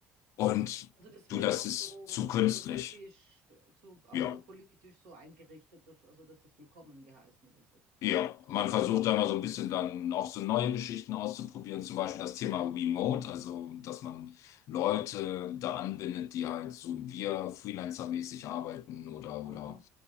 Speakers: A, on the left; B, on the right.
A: Und
B: Also das
A: du,
B: wird
A: das
B: auch
A: ist
B: so
A: zu künstlich.
B: politisch, so, auch
A: Ja.
B: so politisch so eingerichtet, dass, also dass das willkommen geheißen ist, oder?
A: Ja, man versucht da
B: Mhm.
A: mal so ein bisschen dann auch so neue Geschichten auszuprobieren, zum Beispiel das Thema Remote, also dass man Leute da anbindet, die halt so wie wir Freelancer-mäßig arbeiten oder
B: Mhm.
A: oder